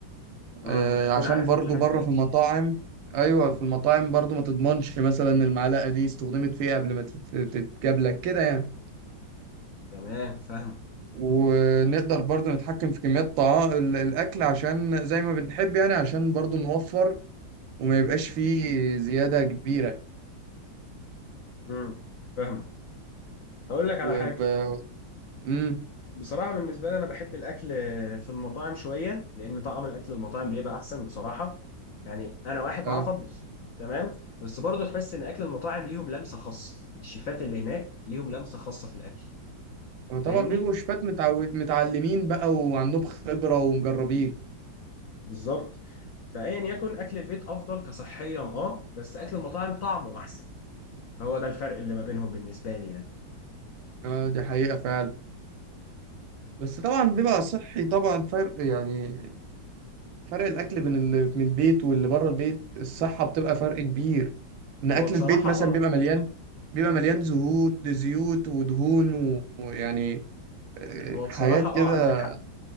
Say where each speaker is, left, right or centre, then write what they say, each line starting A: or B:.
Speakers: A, on the left (about 85°); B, on the right (about 75°).
A: امم
B: آه
A: بتكون
B: عشان
A: عارف
B: برضه
A: كل حاجه
B: بره
A: في الاكل
B: في المطاعم ايوه في المطاعم برضه ما تضمنش مثلا المعلقه دي استخدمت في ايه قبل ما تت- تتجاب لك كده يعني
A: تمام فاهم
B: ونقدر برضه نتحكم في كميات طعام الاكل عشان زي ما بنحب يعني عشان برضه نوفر وما يبقاش فيه زيادة كبيرة
A: امم فاهم هقول لك
B: وب...
A: على حاجه
B: مم.
A: بصراحة بالنسبة لي أنا بحب الأكل في المطاعم شوية لأن طعم الأكل المطاعم بيبقى أحسن بصراحة يعني أنا واحد بعرف
B: اه
A: أطبخ تمام بس برضه تحس إن أكل المطاعم ليهم لمسة خاصة الشيفات اللي هناك ليهم لمسة خاصة في الأكل فاهمني؟
B: طبعا بيبقوا شفات متعود متعلمين بقى وعندهم خبرة ومجربين
A: بالظبط فأيا يكن أكل البيت أفضل كصحيا أه بس أكل المطاعم طعمه أحسن فهو ده الفرق اللي ما بينهم بالنسبة لي يعني
B: اه دي حقيقة فعلا بس طبعا بيبقى صحي طبعا فرق يعني فرق الأكل بين اللي من البيت واللي بره البيت الصحة بتبقى فرق كبير إن
A: هو
B: أكل
A: بصراحة
B: البيت مثلا
A: أه
B: بيبقى مليان بيبقى مليان زهوت زيوت ودهون و- ويعني آه،
A: هو
B: حاجات
A: بصراحة أه
B: كده
A: عندك حق